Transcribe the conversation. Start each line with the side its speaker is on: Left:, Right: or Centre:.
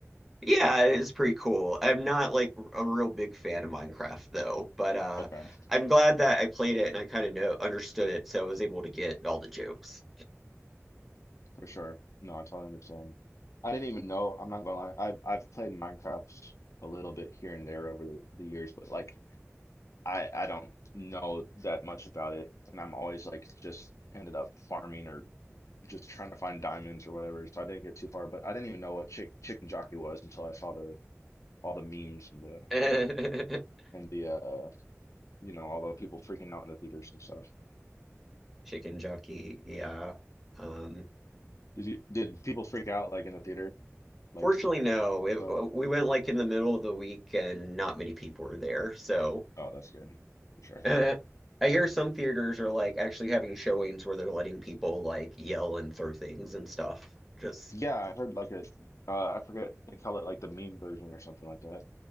Centre: Yeah, it's pretty cool. I'm not like a real big fan of Minecraft though, but uh
Left: Okay,
Centre: I'm glad that I played it and I kind of know understood it, so I was able to get all the jokes.
Left: for sure. No, I totally understand. I didn't even know. I'm not gonna lie. I've I've played Minecraft a little bit here and there over the, the years, but like I I don't know that much about it, and I'm always like just ended up farming or just trying to find diamonds or whatever. So I didn't get too far, but I didn't even know what chick chicken jockey was until I saw the all the memes and the
Centre: <laughs>
Left: and the uh you know all the people freaking out in the theaters and stuff.
Centre: Chicken jockey, yeah. Um
Left: Did you did people freak out like in the theater, like
Centre: fortunately
Left: the,
Centre: no,
Left: the memes and
Centre: it,
Left: stuff?
Centre: we went like
Left: Okay.
Centre: in the middle of the week and not many people were there. So
Left: Oh, that's good for sure.
Centre: <laughs> uh, I hear some theaters are like actually having showings where they're letting people like yell and throw things and stuff. Just
Left: Yeah, I heard like a uh I forget they call it like the meme version or something like that.